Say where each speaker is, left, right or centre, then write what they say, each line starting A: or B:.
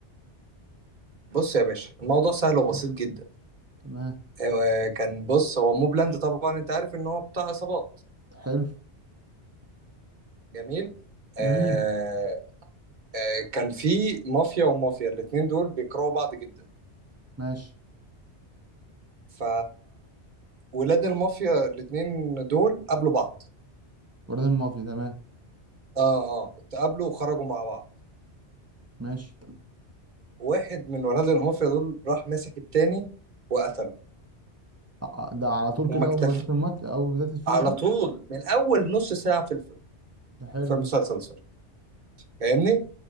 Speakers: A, on the right (about 45°); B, on the right (about 15°).
A: بص يا باشا الموضوع سهل وبسيط جدا
B: تمام
A: آه، كان بص هو موبلاند طبعا انت عارف ان هو بتاع عصابات
B: حلو
A: جميل آه
B: جميل
A: آه كان في مافيا ومافيا الاتنين دول بيكرهوا بعض جدا
B: ماشي
A: ف ولاد المافيا الاتنين دول قابلوا بعض
B: وردان مافيا تمام
A: اه اه اتقابلوا وخرجوا مع بعض
B: ماشي
A: واحد من ولاد المافيا دول راح ماسك التاني وقتله
B: ع- ده على طول
A: وما
B: كده
A: اكتفى
B: اول ما بداية المط- اول بداية الفيلم
A: على
B: كده
A: طول من اول نص ساعة في الفيلم
B: ده حلو
A: في المسلسل
B: ده
A: سوري فاهمني